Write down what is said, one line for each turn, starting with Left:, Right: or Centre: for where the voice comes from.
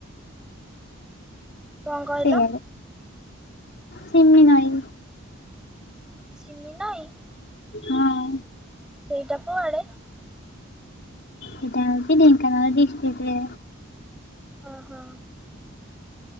Centre: କଣ କହିଲ?
Left: ସେଇଆଡେ ସିମି ନଈ
Centre: ସିମି ନାଇ।
Left: ହଁ।
Centre: ସେଇଟା କୁଆଡେ?
Left: ସେଟା ହେଉଛି ଢେଙ୍କାନାଳ ଡିଷ୍ଟ୍ରିକ୍ ରେ।
Centre: ଓ ହୋ।